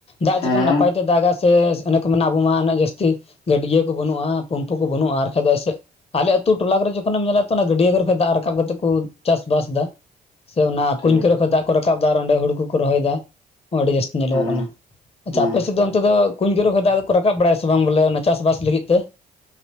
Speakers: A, on the left (about 30°); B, on the left (about 85°).
A: ᱫᱟᱜ
B: ᱦᱮᱸ
A: ᱡᱚᱠᱷᱚᱱ ᱱᱟᱯᱟᱭᱛᱮ ᱫᱟᱜᱟ ᱥᱮ ᱚᱱᱮ ᱠᱚ ᱢᱮᱱᱟ ᱟᱵᱚ ᱢᱟ ᱩᱱᱟᱹᱜ ᱡᱟᱹᱥᱛᱤ ᱜᱟᱹᱰᱭᱟᱹ ᱠᱚ ᱵᱟᱹᱱᱩᱜᱼᱟ ᱯᱩᱢᱯᱩ ᱠᱚ ᱵᱟᱹᱱᱩᱜᱼᱟ ᱟᱨ ᱵᱟᱠᱷᱟᱡ ᱫᱚ ᱮᱥᱮᱫ ᱟᱞᱮ ᱟᱹᱛᱩ ᱴᱚᱞᱟ ᱠᱚᱨᱮ ᱡᱚᱠᱷᱱᱮᱢ ᱧᱮᱞᱟ ᱚᱱᱟ ᱜᱰᱭᱟᱹ ᱠᱚᱨᱮ ᱠᱷᱚᱱ ᱫᱟᱜ- ᱨᱟᱠᱟᱵ ᱠᱟᱛᱮ ᱠᱚ ᱪᱟᱥᱵᱟᱥ ᱫᱟ ᱥᱮ ᱚᱱᱟ
B: ᱴᱷᱤᱠ
A: ᱠᱩᱧ ᱠᱚᱨᱮ- ᱫᱟᱜ ᱠᱚ ᱨᱟᱠᱟᱵ ᱫᱟ ᱟᱨ ᱚᱸᱰᱮ ᱦᱩᱲᱩ ᱠᱚᱠᱚ ᱨᱚᱦᱚᱭᱮᱫᱟ ᱟᱹᱰᱤ ᱡᱟᱹᱥᱛᱤ ᱧᱮᱞᱚᱜᱚᱜ
B: ᱦᱮᱸ
A: ᱠᱟᱱᱟ ᱟᱪᱪᱷᱟ
B: ᱦᱮᱸ
A: ᱟᱯᱮᱥᱮᱫ ᱫᱚ ᱚᱱᱛᱮ ᱫᱚ ᱠᱩᱧ ᱠᱚᱨᱮ ᱠᱷᱚᱱ ᱫᱟᱜ ᱟ ᱫᱚ ᱠᱚ ᱨᱟᱠᱟᱵ ᱵᱟᱲᱟᱭᱟ ᱥᱮ ᱵᱟᱝ ᱵᱚᱞᱮ ᱚᱱᱟ ᱪᱟᱥᱵᱟᱥ ᱞᱟᱹᱜᱤᱫ ᱛᱮ